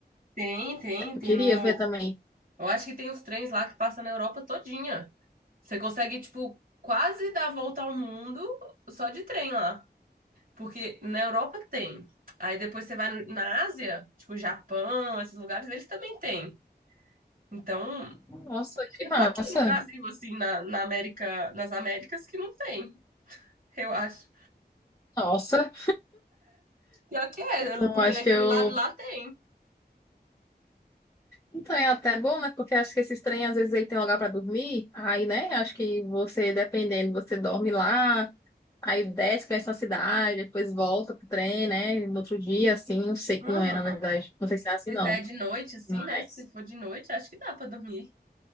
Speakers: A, on the right; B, on the left.
A: tem, tem,
B: Eu
A: tem
B: queria
A: no.
B: ver também.
A: Eu acho que tem os trens lá que passam na Europa todinha. Você consegue, tipo, quase dar a volta ao mundo só de trem lá. Porque na Europa tem. Aí depois você vai na Ásia, tipo, Japão, esses lugares, eles também têm. Então, acho
B: Nossa, que
A: que
B: massa.
A: só aqui no Brasil, assim, na, na América, nas Américas que não tem, eu acho.
B: Nossa.
A: Pior que é,
B: Então,
A: porque
B: acho
A: daquele
B: que eu.
A: lado lá tem.
B: Então é até bom, né? Porque acho que esses trem, às vezes, ele tem lugar para dormir. Aí, né? Acho que você, dependendo, você dorme lá, aí desce, conhece uma cidade, depois volta pro trem, né? No outro dia, assim, não sei
A: Uhum.
B: como é, na verdade. Não sei se é assim,
A: Pois
B: não.
A: é, de noite, assim,
B: Mas,
A: né? Se for de noite, acho que dá pra dormir.